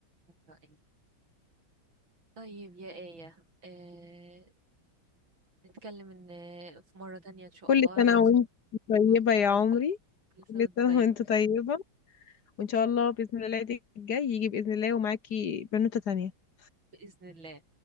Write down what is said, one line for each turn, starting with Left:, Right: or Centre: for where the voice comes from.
Right: أيوة، أيوة. طيب يا آية آه نتكلم إن في مرة تانية إن شاء
Left: كل
Right: الله
Left: سنه
Right: أنا بس
Left: وانت طيبه
Right: وأنت
Left: يا
Right: وأنت-
Left: عمري
Right: كل
Left: كل
Right: سنة وأنت
Left: سنه
Right: طيب
Left: وانت طيبه وان شاء الله باذن الله العيد الجاي يجي باذن الله ومعاكي بنوته تانية
Right: بإذن الله